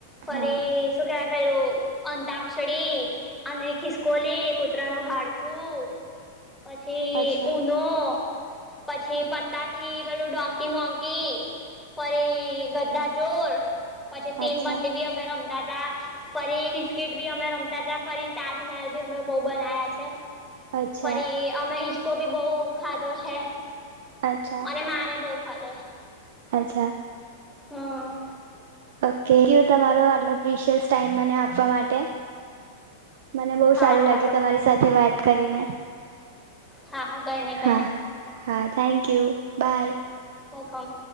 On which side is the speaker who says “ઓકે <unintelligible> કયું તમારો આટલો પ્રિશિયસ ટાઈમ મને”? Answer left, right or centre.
Right